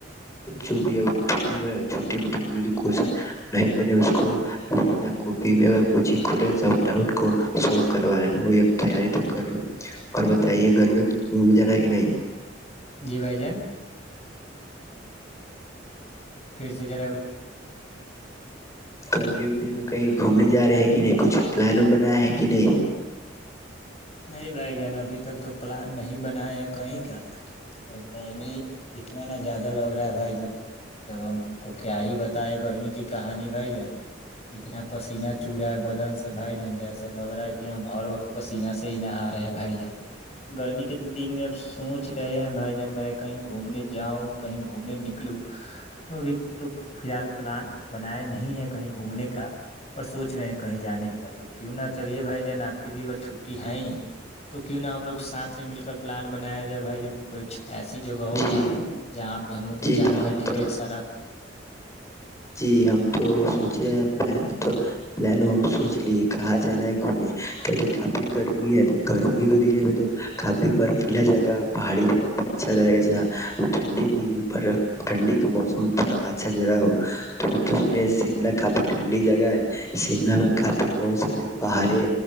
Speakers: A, on the left (about 15°); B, on the left (about 35°).
A: بھی چا چن نہیں بنے اس کو لیناپی میں کوچگ ک سب ڈٹ کو س کروا لینا وہی ہم تیاری تو کر رہے اور بتائیے گر ہ بھی ج رہا ہے کہ نہیں
B: جی بھ جان پھر سے جا
A: گرمیوں کے دن میں کہیں گھومنے ج رہے ہیں کہ نہیں کچھ پلان اور بنایا ہے کہ نہیں
B: نہیں بھائی جان ابھی تک تو پلان نہیں بنائے ہیں کہیں کا اور گرمی اتنا نہ زیادہ لگ رہا ہے بھائی جان جب ہم کو کیا ہی بتائے گرمی کی کہانی بھائی جان اتنا پسینہ چ رہا ہے بدن سے بھائی جان جیسا لگ رہا ہے کہ ہم ہر وقت پسینہ ی نہ آار رہے ہیں بھائی جان گرمی کے تو دن میں اب سوچ رہے ہیں بھائی جان میں کہیں گھومنے جاؤں کہیں گھومنے نکلوں تو ابھی تو فی الحال پلان بناائے نہیں ہے کہیں گھومنے کا پر سوچ رہے ہیں کہیں جے کا تو کیوں نہ چلیے بھائی جان آ کی بھی اگر چھ نہیں تو کیوں نہا ہم لوگ ساتھ ہی مل کر پلان بنایا جائے بھائی جان کچھ ایسی جگہ ہوگا
A: جی
B: جہاں پہ ہم لوگ کو
A: جی
B: جانے
A: تو
B: میں
A: ہم
B: ڈھیر
A: تو
B: سارا
A: جی ہم تو سوچے ہیں پل تو پلان ہم سوچ لیے کہاں جانا ہے گھومنے کی کہ کافی گرمی ہے تو گرمی کے دنے میں تو کافی برفیلا جائے گا پہاڑی جگہ اچھا رہے گا ج ٹھنڈی کی برف ٹھنڈی کا موسم اچھا جگہ ہو تو ہم تو سنے شملا کافی ٹھنڈی جگہ ہے شملہ میں کافی بہت سارے پہاڑے